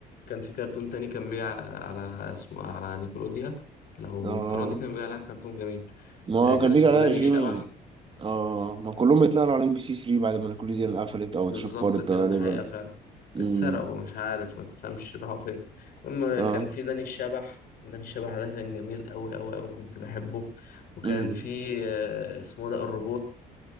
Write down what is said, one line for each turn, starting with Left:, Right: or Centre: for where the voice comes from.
Left: كان في كرتون تاني كان بيع على اسمه على نيكولوديا لو
Right: اه
Left: القناة دي كان بيع عليها كرتون جميل
Right: ما هو
Left: آه، كان
Right: كان
Left: اسمه
Right: بيجي عليها
Left: داني
Right: جيمي
Left: الشبح
Right: اه ما كلهم اتنقلوا على ام بي سي 3 بعد ما الكوليزيون قفلت او
Left: بالظبط
Right: اتشفرت
Left: كده
Right: غالبا
Left: ده حقيقة فعلا
Right: مم،
Left: اتسرقوا مش عارف ما تفهمش راحوا فين المهم
Right: اه
Left: كان في داني الشبح داني الشبح ده كان جميل أوي أوي أوي كنت بحبه وكان
Right: مم.
Left: في آه، اسمه ده الروبوت